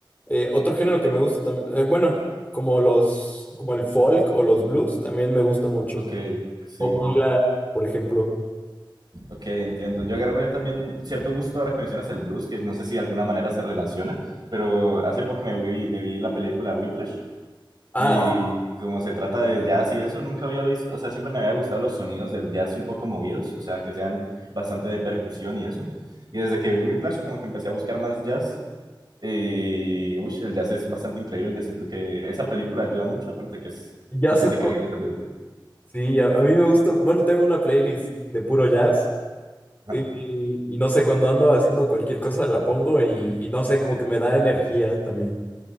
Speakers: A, on the left; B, on the right.
A: Eh, otro género que me gusta también, bueno, como los, como el folk o los blues, también me gusta mucho.
B: Ok, sí,
A: O Bangla, por ejemplo.
B: ok, entiendo. Yo agarré también un cierto gusto ahora que mencionas el blues, que no sé si de alguna manera se relaciona, pero hace poco me vi, me vi la película Whiplash
A: Ah,
B: Y como se trata de jazz y eso, nunca había visto, o sea, siempre me había gustado los sonidos del jazz un poco movidos, o sea, que sean bastante de percusión y eso. Y desde que vi Whiplash, como que empecé a buscar más jazz. Y uy, el jazz es bastante increíble. Siento que esa película ayuda mucho, aparte que es
A: jazz
B: bastante
A: es-
B: increíble esa película.
A: Sí, a, a mí me gusta. Bueno, tengo una playlist de puro jazz.
B: Ajá.
A: Y, y no sé, cuando ando haciendo cualquier cosa la pongo y, y no sé, como que me da energía también.